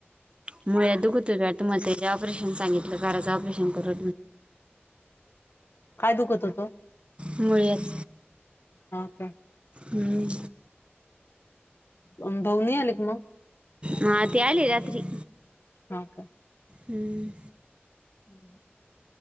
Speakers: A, on the right; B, on the left.
A: मूळव्याध दुखु राहतं म्हातारीला ऑपरेशन सांगितलं कराच, ऑपरेशन करू
B: काय दुखत होतं.
A: मूळव्याध
B: हा का
A: हम्म.
B: अं भाऊ नाही आले का मग.
A: हा ते आले रात्री.
B: हा का.
A: हंम्म.
B: हंम.